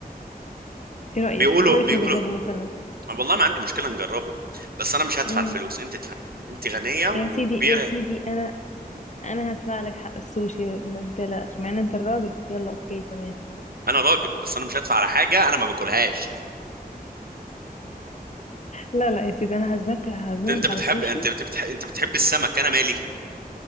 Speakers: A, on the left; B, on the right.
A: ايه رايك
B: بيقولوا
A: ايه رايك
B: بيقولوا
A: نجربه مثلا
B: والله ما عندي مشكله نجربه بس انا مش هدفع
A: امم
B: الفلوس انت ادفعي انت غنيه وكبيره
A: يا سيدي يا سيدي انا انا هدفع لك حق السوشي ما تقلقش مع ان انت الراجل بس يلا اوكي تمام
B: انا راجل بس انا مش هدفع على حاجه انا ما باكلهاش
A: لا لا يا سيدي انا هعزمك هعزمك
B: انت بتحب
A: على سوشي
B: انت بتحب انت بتحب السمك انا مالي